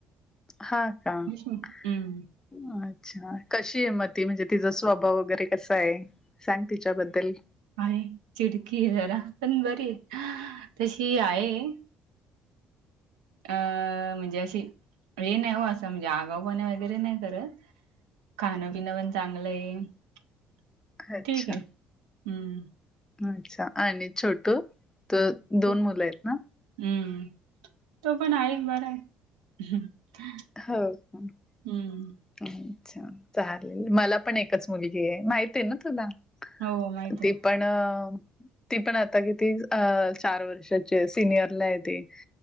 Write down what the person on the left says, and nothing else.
हा का
<unintelligible> अच्छा कशी आहे म त म्हणजे तिचा स्वभाव वगैरे कसा आहे <unintelligible> सांग तिच्याबद्दल <unintelligible>
अच्छा
अच्छा आणि छोटू त <unintelligible>
दोन मुलं आहेत ना <unintelligible>
हो का <unintelligible>
अच्छा चाले मला पण एकच मुलगी आहे माहती आहे ना तुला <unintelligible>
ती
पण ती पण आता किती चार वर्षाची सिनियरला आहे ती